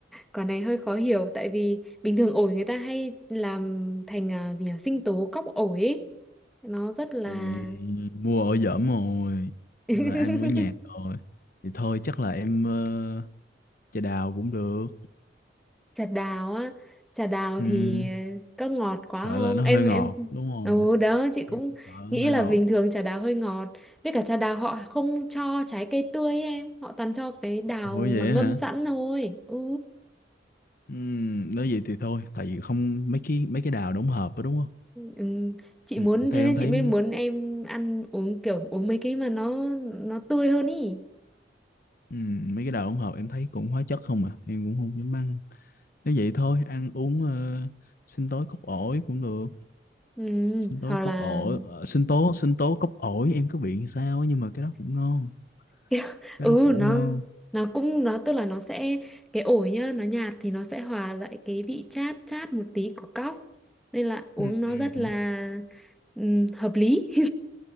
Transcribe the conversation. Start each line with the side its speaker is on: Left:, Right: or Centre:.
Centre: quả này hơi khó hiểu tại vì bình thường ổi người ta hay làm thành à, gì nhỉ sinh tố cóc ổi ấy. nó rất là
Left: chị này mua ổi dởm rồi
Centre: <laughs>
Left: nhưng mà ăn mới nhạt rồi thì thôi chắc là em ờ, trà đào cũng được
Centre: Trà đào á, trà đào
Left: Ừm,
Centre: thì ờ, có ngọt quá
Left: sợ
Centre: không?
Left: là nó
Centre: Em
Left: hơi ngọt
Centre: em
Left: đúng không
Centre: Ừ đó chị cũng
Left: em sợ
Centre: nghĩ
Left: nó hơi
Centre: là
Left: ngọt
Centre: bình thường trà đào hơi ngọt Với cả trà đào họ không cho trái cây tươi ấy em Họ toàn cho cái đào
Left: ủa vậy
Centre: mà ngâm
Left: hả
Centre: sẵn thôi Ừ,
Left: Ừm, nếu vậy thì thôi, tại vì không mấy cái mấy cái đào đóng hộp đó đúng không?
Centre: ừ. Chị
Left: Ừ,
Centre: muốn thế
Left: theo
Centre: nên
Left: em thấy
Centre: chị mới muốn em ăn uống kiểu uống mấy cái mà nó nó tươi hơn ý
Left: ừm, mấy cái đào đóng hộp em thấy cũng hóa chất không à, em cũng không dám ăn. Nếu vậy thôi, ăn uống ờ, sinh tố cốc ổi cũng được,
Centre: ừ.
Left: sinh tố
Centre: Hoặc
Left: cốc
Centre: là
Left: ổi, ờ, sinh tố sinh tố cốc ổi em cứ bị sao á nhưng mà cái đó cũng ngon,
Centre: Kiểu- <laughs>
Left: cái
Centre: ừ
Left: đó cũng
Centre: nó
Left: ngon.
Centre: nó cũng nó tức là nó sẽ cái ổi nhá nó nhạt thì nó sẽ hòa lại cái vị chát chát một tí của cóc nên là uống
Left: Ừm,
Centre: nó rất là ừm, hợp lý